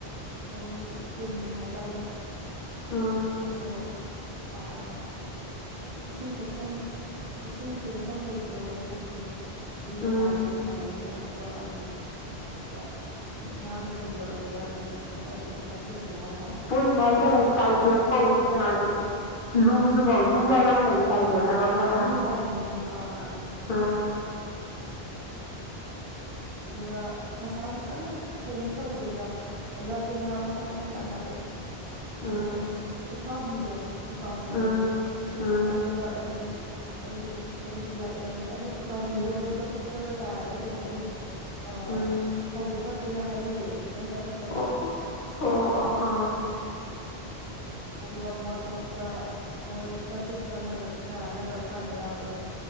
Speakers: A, on the right; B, on the left.
A: ꯃꯣꯏꯒꯤ ꯄꯨꯟ ꯍꯥꯏꯗꯥꯏꯅꯦ
B: ꯎꯝ
A: ꯑꯗꯣ ꯑꯥ ꯏꯁꯤꯡ ꯆꯠꯐꯝ ꯏꯁꯤꯡ ꯆꯦꯟꯐꯝ ꯂꯩꯕꯗꯣ ꯂꯧꯕꯨꯛꯀꯤ ꯑꯗꯨꯏ
B: ꯎꯝ
A: ꯃꯇꯥꯏꯗꯗꯨꯝ ꯊꯝꯃꯅꯤ ꯑꯗꯨꯒ ꯑꯗꯨꯝ ꯗꯨꯗ ꯑꯣ ꯉꯥꯒꯤ ꯄꯨꯟꯗꯣ ꯑꯗꯨꯗ ꯑꯗꯨꯝ ꯃꯊꯟꯇ ꯑꯗꯨꯝ ꯂꯛꯆꯈꯤꯕ ꯍꯥꯏꯇꯥꯔꯦ
B: ꯄꯨꯟ ꯍꯥꯏꯖꯟꯂꯦ ꯇꯥꯏꯖꯦꯞ ꯀꯧꯕꯅꯤ ꯀꯅꯣꯗꯣ ꯂꯨ ꯨ ꯗꯨꯒꯥ ꯂꯨ ꯍꯥꯏꯕ ꯑꯝ ꯂꯩꯌꯦ ꯇꯥꯏꯖꯦꯞ ꯍꯥꯏꯕ ꯑꯝ
A: ꯑ
B: ꯂꯩ ꯑꯥ
A: ꯂꯨ ꯍꯥꯏꯕꯅꯦ ꯂꯨ ꯑꯥ ꯑꯥ
B: ꯑꯥ
A: ꯑꯗꯨꯒ ꯉꯁꯥꯏ ꯑꯪꯇꯪ ꯀꯩꯅꯣ ꯇꯧꯗꯦꯗ ꯑꯣ ꯂꯛꯑꯦ ꯉꯥ ꯃꯈꯟ ꯃꯈꯟ ꯌꯥꯝ ꯂꯛꯑꯦ
B: ꯎꯝ
A: ꯑꯗꯣ ꯎꯀꯥꯚꯤꯗꯣ ꯎꯀꯥꯕꯤꯗꯣ
B: ꯎꯝ ꯎꯝ
A: ꯑꯗꯨ ꯂꯛꯑꯗꯤ ꯑꯗꯨ ꯑꯗꯨꯁꯨ ꯂꯛꯑꯦ ꯑꯗꯨ ꯎꯀꯥꯕꯤꯗꯣ
B: ꯎꯝ
A: ꯂꯕꯨꯛꯇꯒ ꯇꯥꯔꯗꯤ ꯀꯩ ꯍꯥꯏꯅꯤ ꯑ
B: ꯎꯝ
A: ꯐꯧꯗꯣ ꯐꯠꯇꯦꯒ ꯍꯥꯏꯅꯩꯌꯦ ꯂꯣꯏ ꯆꯥꯊꯠ ꯇꯅ
B: ꯑꯣ ꯑꯣ
A: ꯑꯗꯣ
B: ꯑꯣ ꯑꯥ
A: ꯈꯪꯗꯦ ꯑꯗꯨꯒ ꯃꯔꯛ ꯃꯔꯛꯇ ꯃꯣꯏ ꯉꯥꯆꯤꯛꯀ ꯉꯛꯔꯛ ꯑ‌ ꯂꯛꯔꯛꯑ ꯀꯥꯟꯗ ꯌꯥꯎꯔꯛꯑꯦ